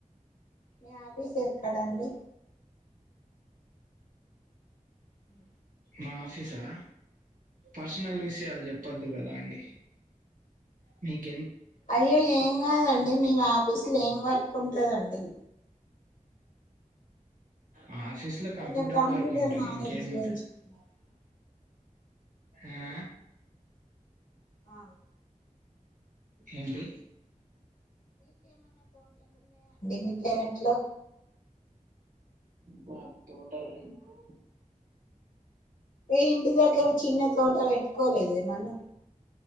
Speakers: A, on the left; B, on the right.
A: మీ ఆఫీస్ ఎక్కడ అండి ఉ
B: మా ఆఫీసా పర్సనల్ విషయాలు చెప్పొద్దు కదా అండి మీక్
A: అయ్యో ఏం కాదండి మీ ఆఫీసు లో ఏం వర్క్ కుంటదండి
B: అ ఆఫీస్ లో కంప్యూటర్
A: కొంచెం
B: వర్క్ ఉంటది
A: నాలెడ్జ్
B: ఇంకేముంటది
A: పెంచుకున్నాను
B: ఆ
A: ఆ
B: ఏంటి
A: వీ పెరట్లో
B: మాకు తోటల్లేవ్వు
A: ఏ ఇంటి దగ్గర చిన్న తోట పెట్టుకోలేదు ఏమన్నా